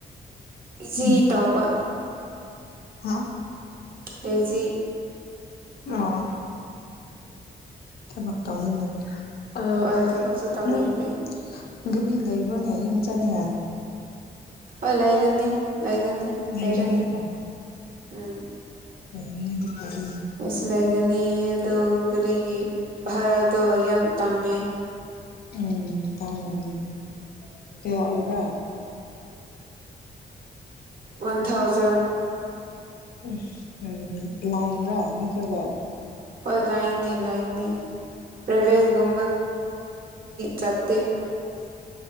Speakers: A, on the right; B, on the left.
A: ꯖꯤ
B: ꯎꯝ
A: ꯇꯧꯕ
B: ꯍꯥ
A: ꯂꯩꯖꯤ
B: ꯑꯥ ꯊꯕꯛ ꯇꯧꯅꯤꯡꯗꯕ ꯑ
A: ꯍꯣꯏ ꯊꯕꯛꯁꯨ ꯇꯧꯅꯤꯡꯗꯦ
B: ꯅꯪ ꯘꯔꯤ ꯂꯩꯕ꯭ꯔꯣꯅꯦ ꯌꯨꯝ ꯆꯠꯅꯤꯡꯉꯥꯏ
A: ꯍꯣꯏ ꯂꯩꯔꯅꯤ ꯂꯩꯒꯅꯤ
B: ꯂꯩꯒꯅꯤꯀꯣ
A: ꯂꯩꯔꯅꯤ ꯎꯝ
B: ꯂꯩꯅꯦꯗꯤ ꯐꯔ
A: ꯀꯩꯁꯨ ꯂꯩꯒꯅꯤ ꯑꯗꯣ ꯒꯥꯔꯤꯒꯤ ꯚꯔꯥꯗꯣ ꯌꯥꯝ ꯇꯥꯡꯉꯦ
B: ꯎꯝ ꯇꯥꯡꯃꯅꯤ ꯀꯌꯥ ꯑꯣꯏꯕ꯭ꯔꯥ
A: ꯋꯥꯟ ꯊꯥꯎꯖꯟ
B: ꯑꯁ ꯍꯥꯏꯗꯤ ꯂꯥꯏꯔꯥ ꯅꯠꯇ꯭ꯔꯒ
A: ꯍꯣꯏ ꯂꯥꯏꯅꯦ ꯂꯥꯏꯅꯦ ꯄ꯭ꯔꯥꯏꯚꯦꯠꯒꯨꯝꯕ ꯆꯠꯇꯦ
B: ꯑ